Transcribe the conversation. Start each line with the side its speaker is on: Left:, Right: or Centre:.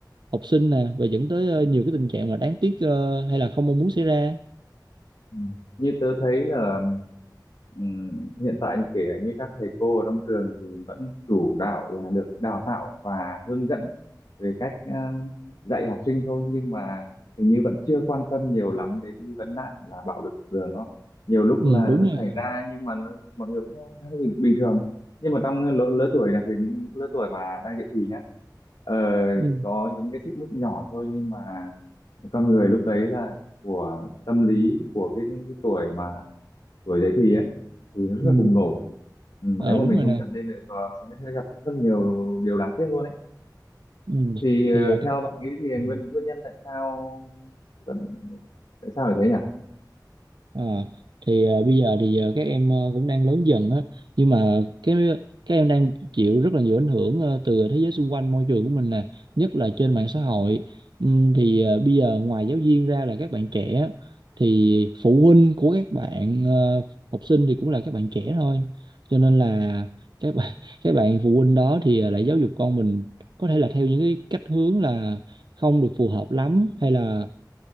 Right: học sinh nè và dẫn tới ờ, nhiều cái tình trạng mà đáng tiếc ờ, hay là không mong muốn xảy ra
Left: Ừ. Như tớ thấy là ừ, hiện tại kể cả như các thầy cô ở trong trường thì vẫn chủ đạo là được đào tạo và hướng dẫn về cách ờ, dạy học sinh thôi nhưng mà hình như vẫn chưa quan tâm nhiều lắm đến cái vấn nạn là bạo lực học đường nó nhiều lúc
Right: ừ
Left: là
Right: đúng
Left: nó
Right: rồi
Left: xảy ra nhưng mà nó, mọi người vẫn khá là bình, bình thường nhưng mà trong lứa, lứa tuổi đặc biệt những, những lứa tuổi mà đang dậy thì nhá ờ,
Right: ừ,
Left: có những cái xích mích nhỏ thôi nhưng mà con người lúc đấy là của tâm lý của cái, cái tuổi mà tuổi dậy thì ấy thì nó rất
Right: ừ.
Left: là bùng nổ ừ,
Right: Ờ,
Left: nếu mà
Right: đúng
Left: mình
Right: rồi
Left: không
Right: nè
Left: chặn lên thì có sẽ gặp rất nhiều điều đáng tiếc luôn ấy
Right: ừ.
Left: thì ờ,
Right: thì à,
Left: theo bạn nghĩ thì
Right: Ừ.
Left: nguyên nguyên nhân tại sao vẫn tại sao lại thế nhỉ
Right: À, thì ờ, bây giờ thì ờ, các em ờ, cũng đang lớn dần á nhưng mà cái các em đang chịu rất là nhiều ảnh hưởng ờ, từ thế giới xung quanh môi trường của mình nè nhất là trên mạng xã hội Ừm, thì ờ, bây giờ ngoài giáo viên ra là các bạn trẻ á, thì phụ huynh của các bạn ờ, học sinh thì cũng là các bạn trẻ thôi cho nên là các bạn <laughs> các bạn phụ huynh đó thì ờ, lại giáo dục con mình có thể là theo những cái cách hướng là không được phù hợp lắm hay là